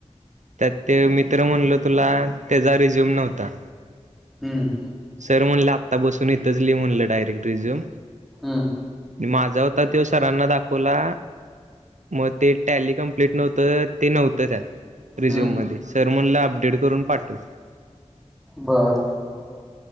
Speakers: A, on the right (about 80°); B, in the centre.
A: त्यात ते मित्र म्हणल तुला तेजा रिझ्युम नव्हता
B: हम्म
A: सर म्हणलं आत्ता बसून इतच लि म्हणलं डायरेक्ट रिझ्यूम
B: हम्म
A: माजा होता त्यो सरांना दाखवला मग ते टॅली कम्प्लीट नव्हतं ते नव्हतं त्यात रिझ्यूम
B: हम्म
A: मध्ये सर मनल अपडेट करून पाठव
B: बर